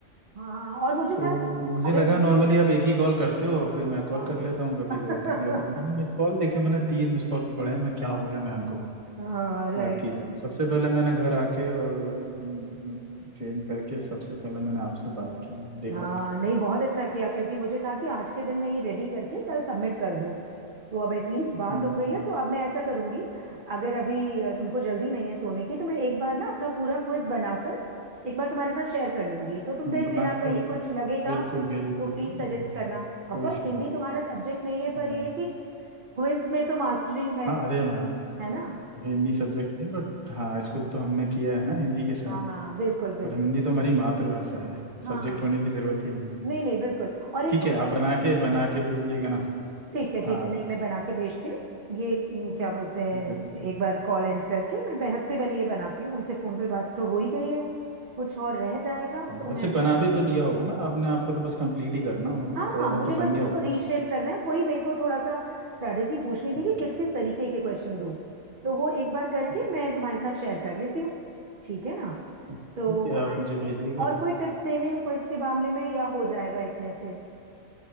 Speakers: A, on the right; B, on the right.
A: हाँ और मुझे
B: तो
A: था
B: मुझे
A: अगर
B: लगा
A: बिजी
B: नॉर्मली आप एक ही कॉल करते हो फिर मैं कॉल
A: हाँ
B: कर लेता हूँ कभी
A: <laughs>
B: जरूरत होती है अभी तीन मिस कॉल देखे मैंने तीन मिस कॉल पड़े हैं मैं क्या हो गया मैम को
A: हाँ राइट
B: बात की जाए सबसे पहले मैंने घर आके और हम्म, चेंज करके सबसे पहले मैंने आपसे बात की देखा
A: हाँ
B: कि-
A: नहीं बहुत अच्छा किया क्योंकि मुझे था कि आज के दिन मैं ये रेडी करके कल सबमिट कर दूं तो अब एटलीस्ट बात
B: हम्म,
A: हो गई है तो अब मैं ऐसा करूंगी अगर अभी अ, तुमको जल्दी नहीं है सोने की तो मैं एक बार ना अपना पूरा क्विज बनाकर एक बार तुम्हारे साथ शेयर कर लूंगी तो तुम देख
B: बना
A: लेना कहीं
B: के
A: कुछ लगेगा
B: बिल्कुल भेज
A: तो
B: दीजिए
A: प्लीज सजेस्ट
B: ध्यान
A: करना ऑफ
B: कोई
A: कोर्स
B: इशू
A: हिंदी
B: नहीं
A: तुम्हारा सब्जेक्ट नहीं है पर
B: हाँ
A: ये है कि क्विज में तो मास्टरी है
B: हाँ, अरे मैम
A: है ना
B: हिंदी सब्जेक्ट नहीं बट हाँ स्कूल तो हमने किया है ना हिंदी के साथ
A: हाँ बिल्कुल बिल्कुल
B: और हिंदी तो हमारी मातृभाषा है
A: हाँ
B: सब्जेक्ट होने की जरूरत ही नहीं है
A: नहीं नहीं बिल्कुल और एक
B: ठीक
A: क्विज
B: है आप बना के बना के भेजिएगा ना
A: ठीक है ठीक
B: हाँ
A: है नहीं मैं बना के भेजती हूँ ये हम्म, क्या बोलते हैं
B: बिल्कुल
A: एक बार कॉल एंड करके मैं पह- सबसे पहले ये बनाती हूँ तुमसे फोन पे बात तो हो ही गई है कुछ और रह जाएगा
B: हाँ,
A: तो
B: वैसे
A: मैं
B: बना
A: फिर
B: भी तो लिया होगा ना आपने आपको तो बस कंप्लीट ही करना होगा
A: हाँ
B: थोड़ा
A: हाँ
B: बहुत
A: मुझे
B: तो बन
A: बस उसको
B: गया होगा
A: रीशेप करना है वही मेरे को थोड़ा सा स्ट्रैटेजी पूछनी थी
B: ठीक
A: कि किस
B: है
A: किस तरीके के क्वेश्चन दूँ तो वो एक बार करके
B: हाँ,
A: मैं तुम्हारे साथ शेयर कर लेती हूँ ठीक है ना
B: हाँ, ठीक
A: तो
B: है आप
A: आई
B: मुझे
A: थिंक
B: भेजिएगा
A: और कोई टिप्स देने क्विज के मामले में या हो जाएगा इतने से